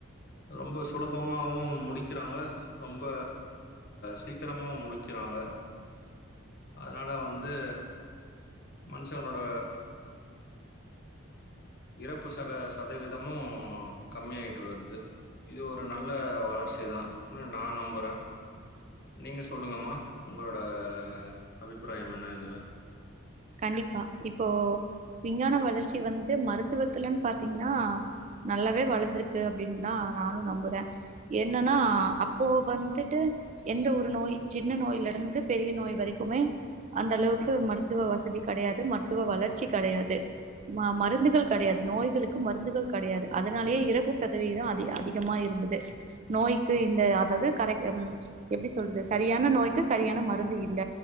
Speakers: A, on the left; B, on the right.
A: ரொம்ப சுலபமாவு முடிக்கிறாங்க ரொம்ப சீக்கிரமா முடிக்கிறாங்க அதுனால வந்து மனுஷங்களளோட இறப்பு சத சதவீதமு கம்மியாய்ட்டு வருது இது ஒரு நல்ல வளர்ச்சிதா நா நம்புறே நீங்க சொல்லுங்கம்மா உங்களோட அபிப்ராயம் என்ன இதுல
B: கண்டிப்பா இப்போ விஞ்ஞான வளர்ச்சி வந்து மருத்துவத்துலன் பாத்தீங்கன்னா நல்லாவே வளந்துருக்கு அப்டின்தா நானு நம்புறே என்னன்னா அப்போ வந்துட்டு எந்த ஒரு நோய் சின்ன நோய்ல இருந்து பெரிய நோய் வரிக்குமே அந்த அளவுக்கு மருத்துவ வச <unintelligible> கடையாது மருத்துவ வளர்ச்சி கடையாது ம மருந்துகள் கடையாது நோய்களுக்கு மருந்துகள் கடையாது அதனாலயே இறப்பு சதவிதோ அதிக அதி கமா இருந்தது நோய்க்கு இந்த அதாவ்து கரெக் ம் எப்டி சொல்றது சரியான நோய்க்கு சரியான மருந்து இல்ல